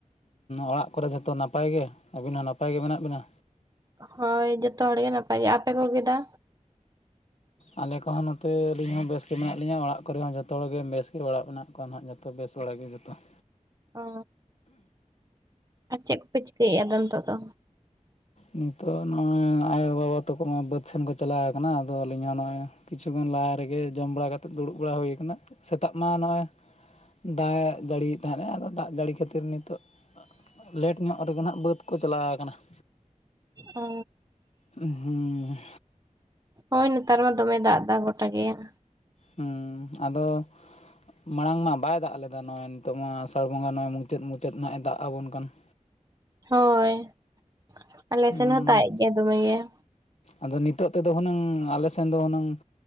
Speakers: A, on the left (about 55°); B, on the right (about 30°).
A: ᱚᱲᱟᱜ ᱠᱚᱨᱮ ᱡᱚᱛᱚ ᱱᱟᱯᱟᱭ ᱜᱮ ᱟᱹᱵᱤᱱ ᱦᱚᱸ ᱱᱟᱯᱟᱭ ᱜᱮ ᱢᱮᱱᱟᱜ ᱵᱤᱱᱟ?
B: ᱦᱚᱭ ᱡᱚᱛᱚ ᱦᱚᱲ ᱜᱮ ᱱᱟᱯᱟᱭ ᱜᱮ ᱟᱯᱮ ᱠᱚ ᱜᱮ ᱫᱟ?
A: ᱟᱞᱮ ᱠᱚᱦᱚᱸ ᱱᱚᱛᱮ ᱟᱹᱞᱤᱧ ᱦᱚᱸ ᱵᱮᱥ ᱜᱮ ᱢᱮᱱᱟᱜ ᱞᱤᱧᱟᱹ ᱚᱲᱟᱜ ᱠᱚᱨᱮ ᱦᱚᱸ ᱡᱚᱛᱚ ᱦᱚᱲᱜᱮ ᱵᱮᱥ ᱜᱮ ᱚᱲᱟᱜ ᱢᱮᱱᱟᱜᱼᱼ ᱠᱚᱣᱟ ᱱᱟᱦᱟᱜ ᱡᱚᱛᱚ ᱵᱮᱥ ᱵᱟᱲᱟ ᱜᱮ ᱡᱚᱛᱚ ᱾
B: ᱚᱻ ᱟᱨ ᱪᱮᱫ ᱠᱚ ᱯᱮ ᱪᱤᱠᱟᱹᱭᱮᱫᱼᱟ ᱟᱫᱚ ᱱᱤᱛᱚᱜ ᱫᱚ?
A: ᱱᱤᱛᱚᱜ ᱱᱚᱜᱼᱚᱭ ᱟᱭᱳ ᱵᱟᱵᱟ ᱛᱟᱠᱚ ᱢᱟ ᱵᱟᱹᱫᱽ ᱥᱮᱱ ᱠᱚ ᱪᱟᱞᱟᱣ ᱠᱟᱱᱟ ᱟᱫᱚ ᱟᱹᱞᱤᱧ ᱦᱚᱸ ᱱᱚᱜᱼᱚᱭ ᱼᱼ ᱠᱤᱪᱷᱩ ᱠᱷᱚᱱ ᱞᱟᱦᱟ ᱨᱮᱜᱮ ᱡᱚᱢ ᱵᱟᱲᱟ ᱠᱟᱛᱮᱫ ᱫᱩᱲᱩᱵ ᱵᱟᱲᱟ ᱦᱩᱭ ᱠᱟᱱᱟ ᱥᱮᱛᱟᱜ ᱢᱟ ᱱᱚᱜᱼᱚᱭ ᱼᱼ ᱫᱟᱜ ᱡᱟᱹᱲᱤᱭᱮᱫ ᱛᱟᱦᱮᱸᱱᱟ ᱟᱫᱚ ᱫᱟᱜ ᱡᱟᱹᱲᱤ ᱠᱷᱟᱹᱛᱤᱨ ᱱᱤᱛᱚᱜ ᱼᱼ ᱞᱮᱹᱴ ᱧᱚᱜ ᱨᱮᱜᱮ ᱱᱟᱦᱟᱸᱜ ᱵᱟᱹᱫᱽ ᱠᱚ ᱪᱟᱞᱟᱣ ᱠᱟᱱᱟ ᱾
B: ᱚᱻ
A: ᱦᱩᱸ
B: ᱦᱳᱭ ᱱᱮᱛᱟᱨ ᱢᱟ ᱫᱚᱢᱮᱭ ᱫᱟᱜ ᱮᱫᱟ ᱜᱚᱴᱟ ᱜᱮ ᱾
A: ᱦᱩᱸ ᱟᱫᱚᱼᱼ ᱢᱟᱲᱟᱝ ᱢᱟ ᱵᱟᱭ ᱫᱟᱜ ᱞᱮᱫᱟ, ᱱᱚᱜᱼᱚᱭ ᱱᱤᱛᱚᱜ ᱢᱟ ᱟᱥᱟᱲ ᱵᱚᱸᱜᱟ ᱱᱚᱜᱼᱚᱭ ᱢᱩᱪᱟᱹᱫ ᱢᱩᱪᱟᱹᱫ ᱦᱟᱸᱜᱼᱮ ᱫᱟᱜ ᱟᱵᱚᱱ ᱠᱟᱱ ᱾
B: ᱦᱳᱭ ᱟᱞᱮ
A: ᱦᱩᱸ
B: ᱥᱮᱱ ᱦᱚᱸ ᱫᱟᱜᱮᱫ ᱜᱮᱭᱟ ᱫᱚᱢᱮ ᱜᱮ ᱾
A: ᱟᱫᱚ ᱱᱤᱛᱚᱜ ᱛᱮᱫᱚ ᱦᱩᱱᱟᱹᱝ ᱟᱞᱮ ᱥᱮᱱ ᱫᱚ ᱦᱩᱱᱟᱹᱝ ᱼᱼ